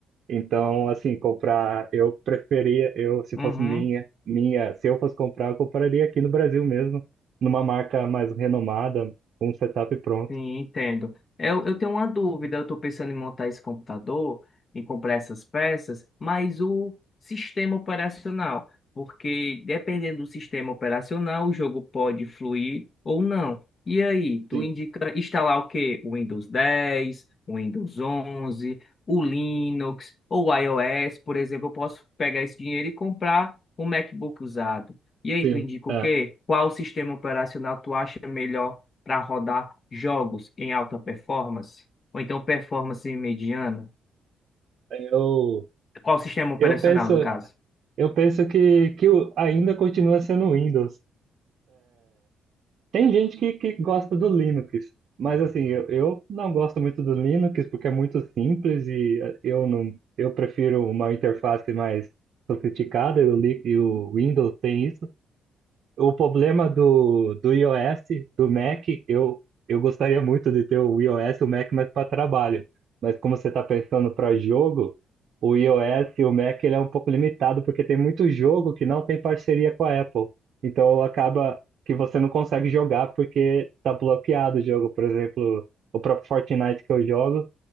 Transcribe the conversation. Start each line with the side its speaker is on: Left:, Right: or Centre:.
Right: Então, assim, comprar, eu preferia, eu, se
Left: Uhum.
Right: fosse minha, minha, se eu fosse comprar, eu compraria aqui no Brasil mesmo, numa marca mais renomada, com um setup pronto.
Left: Sim, entendo. Eu, eu tenho uma dúvida, eu estou pensando em montar esse computador, em comprar essas peças, mas o sistema operacional, porque dependendo do sistema operacional, o jogo pode fluir ou não. E aí, tu
Right: Sim,
Left: indica instalar o quê? O Windows 10, o Windows 11, o Linux ou o iOS, por exemplo, eu posso pegar esse dinheiro e comprar um MacBook usado. E aí,
Right: sim.
Left: tu indica o
Right: É.
Left: quê? Qual sistema operacional tu acha melhor? para rodar jogos em alta performance, ou então performance mediana?
Right: Eu,
Left: Qual o sistema operacional,
Right: eu penso,
Left: no caso?
Right: eu penso que, que o- ainda continua sendo o Windows. Tem gente que, que gosta do Linux, mas assim, eu, eu não gosto muito do Linux porque é muito simples e eh, eu não, eu prefiro uma interface mais sofisticada e o, Li- e o Windows tem isso. O problema do, do iOS, do Mac, eu, eu gostaria muito de ter o iOS e o Mac mais para trabalho. Mas como você está pensando para jogo, o iOS e o Mac ele é um pouco limitado, porque tem muito jogo que não tem parceria com a Apple. Então acaba que você não consegue jogar porque está bloqueado o jogo. Por exemplo, o próprio Fortnite que eu jogo,